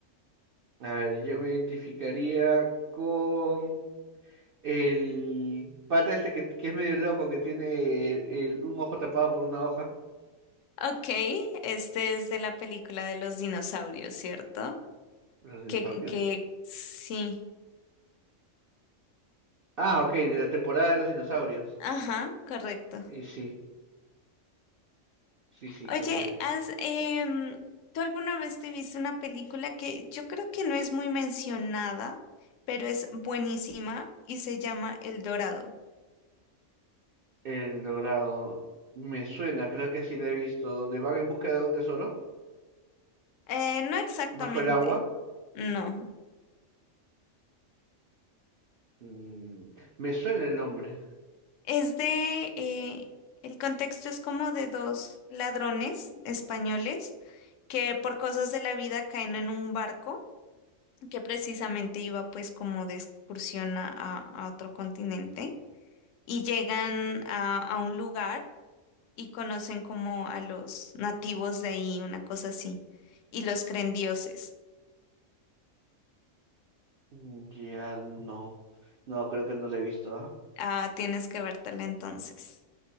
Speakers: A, on the right; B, on the left.
A: A ver, yo me identificaría con el pata este que, que es medio loco, que tiene el- un ojo tapado por una hoja.
B: Ok, este es de la película de los dinosaurios, ¿cierto?
A: ¿Los dinosaurios?
B: Que, que sí.
A: Ah, ok, de la temporada de los dinosaurios.
B: Ajá, correcto.
A: Y sí, sí, sí,
B: Oye,
A: con él.
B: has, em, ¿tú alguna vez te viste una película que yo creo que no es muy mencionada, pero es buenísima y se llama El Dorado?
A: El dorado. Me suena, creo que sí lo he visto. Donde van en busca de un tesoro,
B: Eh, no exactamente,
A: bajo el agua.
B: no.
A: Mm, me suena el nombre.
B: Es de, eh, el contexto es como de dos ladrones españoles que por cosas de la vida caen en un barco que precisamente iba pues como de excursión a, a- a otro continente y llegan a, a un lugar y conocen como a los nativos de ahí, una cosa así, y los creen dioses.
A: Mm, Ya no. No, creo que no lo he visto, ¿ah?
B: Ah, tienes que vértela entonces.